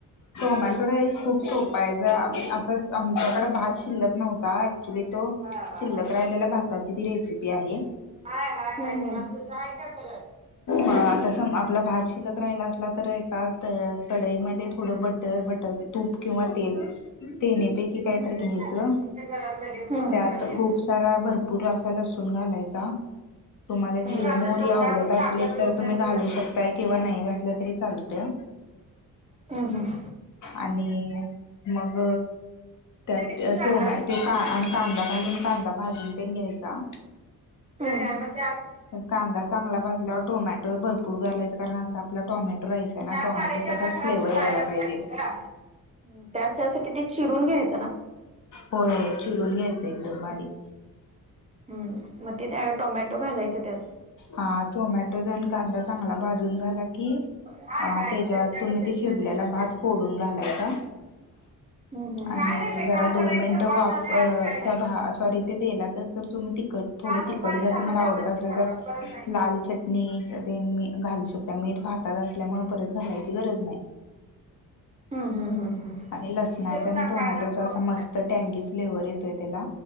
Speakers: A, on the left; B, on the right.
A: टोमॅटो राईस खूप सोपं- - जर आता आमच्याकड भात शिल्लक नव्हता ऍक्च्युली तो
B: हा हा हा
A: शिल्लक
B: हा
A: राहिलेला भात -- ताची ती रेसिपी आहे.
B: हंहं.
A: ह आता सम आपला भात शिलक राहिला असला तर एका कढईमध्ये थोडं बटर बटर तूप किंवा तेल तिनी -- पैकी काहीतरी
B: ते
A: घ्यायचं
B: काय घरात लगेच थोडंच
A: त्यात
B: कमी येतं
A: खूप सारा भरपूर असं -- लसून घालायचा. तुम्हाला
B: ते तर
A: जिरं
B: आता
A: मोहरी
B: जेवणावर
A: आवडत असले
B: ताकद येऊपर्यंत
A: तर तुम्ही घालू
B: तसंच.
A: शकताय किंवा नाही घातलं तरी चाल तय.
B: हम् हम.
A: आणि मग?
B: कुठे
A: त्यात
B: कितीला
A: टोमॅटो
B: जाणार आहेसा
A: ते आणि कांदा घालून कांदा भाजून तेन घ्यायचा.
B: हम्म.
A: कांदा चांगला भाजल्यावर टोमॅटो भरपूर घालायचा कारण असा आपला टोमॅटो राईस आहे ना
B: चार
A: टोमॅटोचा
B: साडेचारला
A: त्यात
B: घरातनं
A: फ्लेवर यायला
B: जायलाच
A: पाहिजे.
B: गं. त्याच्यासाठी ते चिरून घ्यायच.
A: होय चिरून घ्यायचं एकदम बारीक.
B: हम् मग ते त्या टोमॅटो घालायचं त्यात.
A: हा टोमॅटो आणि कांदा चांगला भाजून झाला की कि
B: हाय
A: अ
B: हाय
A: त्याच्यात
B: त्यांच्याकडे
A: तुम्ही तो
B: त्यांचा
A: शिजलेला
B: त्यांच्याकडे
A: भात
B: त्यांचा
A: फोडून
B: हाय.
A: घालायचा.
B: हम्म हम्म.
A: आणि
B: काय नाही बाई
A: जरा
B: काल
A: दोन मिनिट
B: एक सर्वात
A: वाफ
B: झालंय आज काय नाही.
A: त्या भा सॉरी तेलातच जर तुम्ही तिखट थोडं
B: काल
A: तिखट
B: दुपारी
A: जर
B: झालं
A: तुम्हाला
B: तेवढंच
A: आवडत असल
B: की सर्वात
A: तर
B: परत नाही.
A: लाल चटणी मी घालू शकता मीठ भातात असल्यामुळे परत घालायची गरज नाही.
B: हम्म हम्म हम्म हम्म.
A: आणि लसणाचा
B: पेरू
A: आणि
B: नका
A: टोमॅटोचा
B: नको
A: असा
B: म्हणून
A: मस्त टँगी फ्लेवर येतोय त्याला.